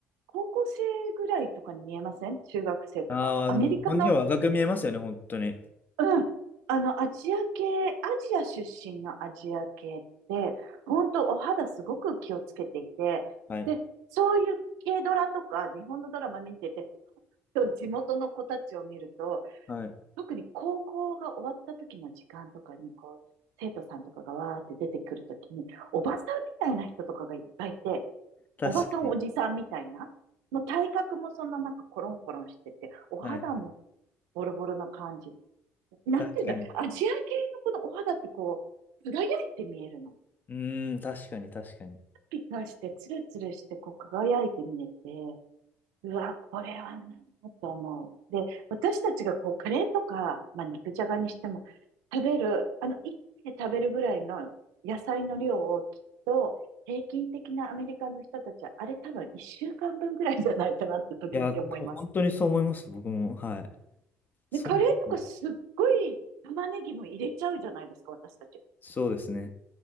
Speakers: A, on the right; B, on the left.
A: 高校生ぐらいとかに見えません中学生とか。
B: ああ、
A: アメリカの、
B: でも日本人は若く見えますよね、本当に。
A: うん、あの、アジア系、アジア出身のアジア系って、本当お肌すごく気をつけていて、
B: はい。
A: で、そういう軽ドラとか日本のドラマ見てて、と地元の子たちを見ると、
B: はい。
A: 特に高校が終わった時の時間とかに、こう、生徒さんとかがわーって出てくるときに、おばさんみたいな人とかがいっぱいいて、
B: 確かに。
A: おばさんおじさんみたいな、もう体格もそんななんかコロンコロンしてて、お肌も
B: はい。
A: ボロボロな感じ。なんていうんだろう、
B: 確かに。
A: アジア系のこのお肌ってこう、輝いて見えるの。
B: うーん、確かに、確かに。
A: ピカピカして、ツルツルして、こう輝いて見えて、うわ、これはなと思う。で、私たちがこう、カレーとか、まあ、肉じゃがにしても、食べる、あの、一気で食べるぐらいの野菜の量をきっと、平均的なアメリカの人たちは、あれ多分一週間分ぐらいじゃないかなって時々思います。
B: いや、多分本当にそう思います、僕も。はい。そうです。
A: で、カレーとかすっごい玉ねぎも入れちゃうじゃないですか、私たち。
B: そうですね。